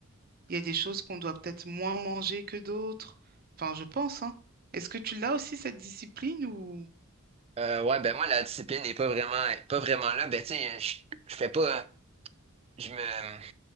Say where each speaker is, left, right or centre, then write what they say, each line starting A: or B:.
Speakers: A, on the right (about 45°); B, on the right (about 30°).
A: Il y a des choses qu'on doit peut-être moins manger que d'autres. Enfin, je pense, hein. Est-ce que tu l'as aussi, cette discipline ou...
B: Euh, ouais, ben moi, la discipline n'est pas vraiment, pas vraiment là. Ben, tu sais, je, je fais pas, je me,